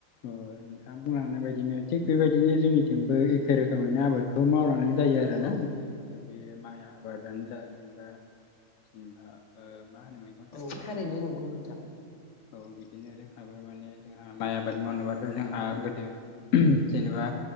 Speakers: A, on the left; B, on the left.
A: ओ नोंथाङा बुंलांनाय बायदिनो थिग बेबायदिनो जोंनिथिंबो एखे रोखोमैनो आबादखौ मावलांनानै जायो आरोना
B: औ औ
A: जिहेथु बेयो माइ आबादानो जा। जेनेबा-जेनबा ओ मा होनोमोन।
B: औ थारैनो नंगौ नोंथां।
A: औ बिदिनो जोंहाबो माने जोंहा माइ आबाद मावनोबाथ' जोंहा गोदो जेनेबा